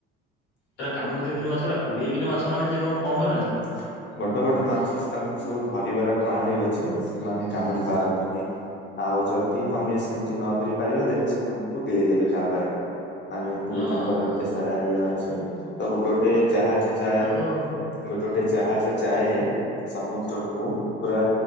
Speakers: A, on the left (about 80°); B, on the left (about 35°).
A: ଏରା କାମୁଡି ଦିଅନ୍ତିନି ମାଛରା କୋଡିଏ କିଲୋ ମାଛ ମାନେ ସେ କମ ହେଲାଣି।
B: <inaudible> ବଡ ବଡ ମାଛ ତାଙ୍କୁ ସବୁ ଧରିବାର ପ୍ରଣାଳୀ ଅଛି ସେମାନେ କାମୁଡି ପାରନ୍ତିନି। ଆଉ ଯଦି ତମେ ସେମିତି ନ ଧରି ପାରିବ ଦେନ ସେ ତମକୁ ଗିଳିଦେବେ ତାପରେ। ମାନେ ଯଦି
A: ଓହୋ
B: ତାଙ୍କର ଏତେ
A: ହଁ
B: ସାରା ଇଏ ଅଛି ତ ଗୋଟେ ଗୋଟେ ଜାହାଜ ଯାଏ
A: ହଉ।
B: ଗୋଟେ ଗୋଟେ ଜାହାଜ ଯାଏ ସମୁଦ୍ରକୁୁ ପୁରା